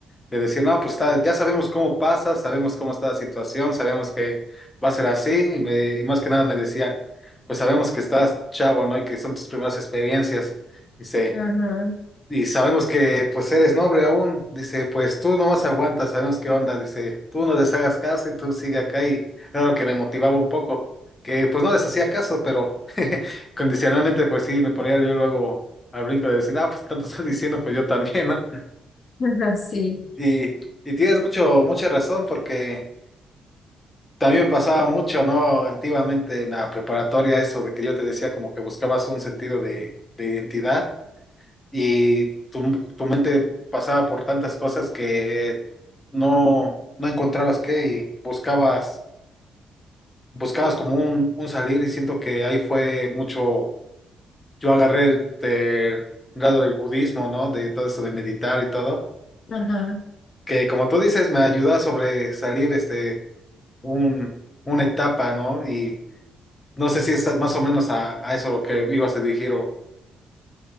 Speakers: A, on the left; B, on the left.
A: de decir, no, pues está- ya sabemos cómo pasa, sabemos cómo está la situación, sabemos que va a ser así, y, me- y más que nada me decían, pues sabemos que estás chavo, ¿no? Y que son tus primeras experiencias, dice,
B: ajá,
A: y sabemos que pues eres noble aún, dice, pues tú nomás aguantas, sabemos qué onda, dice, tú no les hagas caso y tú sigue acá, y era lo que me motivaba un poco, que pues no les hacía caso, pero <laughs> condicionalmente pues sí, me ponía yo luego al brinco de decir, ah, pues tanto están diciendo, pues yo también, ¿no?
B: ajá, ajá, sí.
A: Y, y tienes mucho, mucha razón porque también me pasaba mucho, ¿no? Antiguamente en la preparatoria eso de que yo te decía como que buscabas un sentido de, de identidad y tu, tu mente pasaba por tantas cosas que no, no encontrabas qué y buscabas, buscabas como un, un salir y siento que ahí fue mucho, yo agarré el grado del budismo, ¿no? De todo eso de meditar y todo,
B: Ajá.
A: que como tú dices me ayudaba sobre salir este un, una etapa, ¿no? Y no sé si estás más o menos a, a eso lo que ibas a dirigir o...